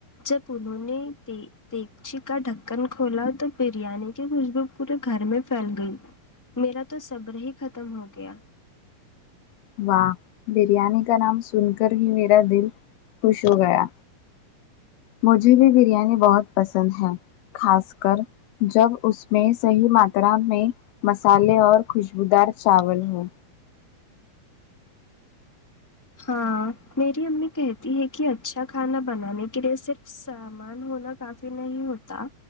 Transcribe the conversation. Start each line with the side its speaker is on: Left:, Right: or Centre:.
Centre: جب انہوں نے دی دیگچی کا ڈھکن کھولا تو بریانی کی خوشبو پورے گھر میں پھیل گئی میرا تو صبر ہی ختم ہو گیا
Left: واہ بریانی کا نام سن کر ہی میرا دل خوش ہو گیا مجھے بھی بریانی بہت پسند ہے خاص کر جب اس میں صحیح ماترا میں مسالے اور خوشبودار چاول ہو
Centre: ہاں میری امی کہتی ہے کہ اچھا کھانا بنانے کے لیے صرف سامان ہونا کافی نہیں ہوتا